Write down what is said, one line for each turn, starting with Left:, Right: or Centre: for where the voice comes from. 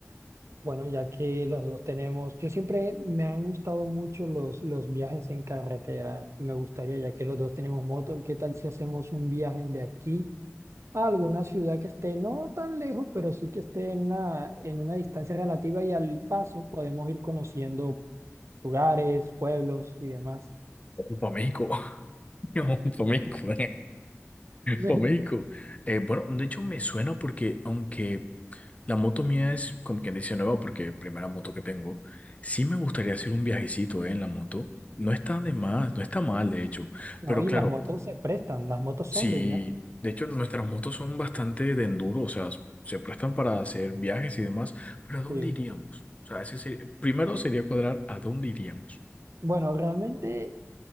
Right: bueno, ya que los dos tenemos, yo siempre me han gustado mucho los, los viajes en carretera. Me gustaría, ya que los dos tenemos moto, ¿qué tal si hacemos un viaje de aquí a alguna ciudad que esté no tan lejos, pero sí que esté en una, en una distancia relativa y al paso podemos ir conociendo lugares, pueblos y demás?
Left: Para México. <laughs> Para México. <laughs>
Right: <laughs>
Left: Para México. Eh, bueno, de hecho, me suena porque aunque La moto mía es, como quien dice, nueva porque primera moto que tengo. Sí me gustaría hacer un viajecito, eh, en la moto. No está de más, no está mal, de hecho.
Right: No,
Left: Pero
Right: y
Left: claro,
Right: las motos se prestan, las motos
Left: sí,
Right: son de viaje.
Left: de hecho nuestras motos son bastante de enduro, o sea, se prestan para hacer viajes y demás, pero ¿a dónde
Right: Sí.
Left: iríamos? O sea, ese sería- primero sería cuadrar a dónde iríamos.
Right: Bueno, realmente